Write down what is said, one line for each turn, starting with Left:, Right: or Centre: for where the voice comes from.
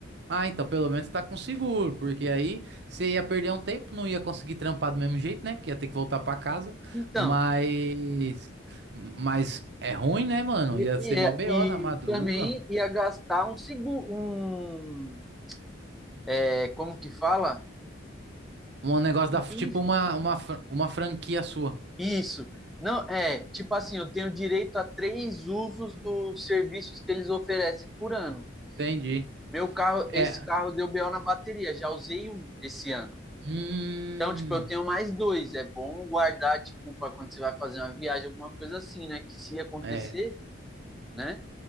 Right: Ah, então pelo menos tá com seguro, porque aí você ia perder um tempo, não ia conseguir trampar do mesmo jeito, né? Que ia ter que voltar pra casa.
Centre: Então,
Right: Mas, mas é ruim, né, mano?
Centre: e,
Right: Ia
Centre: e,
Right: ser mó BO
Centre: e
Right: na madruga.
Centre: também ia gastar um segundo, um, é, como que fala?
Right: Um negócio
Centre: Um
Right: da, tipo
Centre: guincho
Right: uma, uma, fran- uma franquia sua.
Centre: Isso. Não, é, tipo assim, eu tenho direito a três usos dos serviços que eles oferecem por ano.
Right: Entendi.
Centre: Meu carro, esse
Right: É,
Centre: carro deu BO na bateria, já usei um esse ano.
Right: Hum,
Centre: Então, tipo, eu tenho mais dois. É bom guardar, tipo, para quando você vai fazer uma viagem, alguma coisa assim, né? Que se acontecer,
Right: é,
Centre: né?